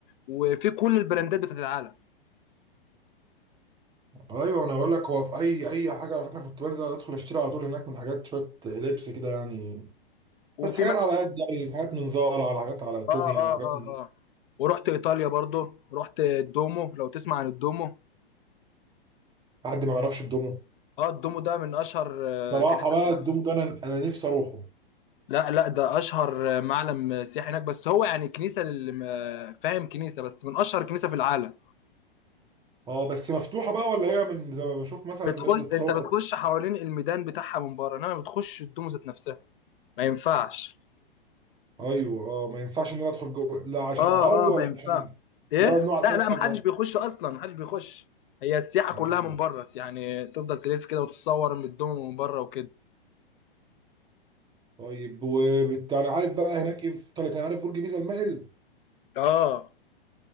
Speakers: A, on the left; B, on the right.
A: وفيه كل البراندات بتاعت العالم
B: ايوه انا بقول لك هو في اي اي حاجه على فكره كنت بنزل ادخل اشتري على طول هناك من حاجات شويه لبس كده يعني
A: وفي
B: بس حاجات على قد يعني حاجات من زارا على حاجات على تومي
A: اه
B: على
A: اه
B: حاجات
A: اه
B: من
A: اه ورحت ايطاليا برضو رحت الدومو لو تسمع عن الدومو
B: حد ما يعرفش الدومو
A: اه الدومو ده من اشهر آه،
B: صراحة
A: كنيسه
B: بقى
A: في العالم.
B: الدومو ده انا انا نفسي اروحه
A: لا لا ده اشهر آه، معلم سياحي هناك بس هو يعني كنيسه لل- آه، فاهم كنيسه بس من اشهر كنيسه في العالم
B: اه بس مفتوحة بقى ولا هي من زي ما بشوف مثلا
A: بتخش
B: الناس بتصور
A: انت بتخش حوالين الميدان بتاعها من بره انما بتخش الدومو ذات نفسها ما ينفعش
B: ايوه اه ما ينفعش ان انا ادخل جوه لا عشان
A: اه
B: عربي ولا
A: اه ما ينفع
B: عشان
A: ايه
B: لا ممنوع على
A: لا
B: اي
A: لا
B: حد
A: محدش
B: اصلا
A: بيخش اصلا محدش بيخش هي السياحه
B: اه
A: كلها من بره يعني تفضل تلف كده وتتصور من الدومو من بره وكده
B: طيب وبت- يعني عارف بقى هناك ايه في ايطاليا كان عارف برج بيزا المائل
A: اه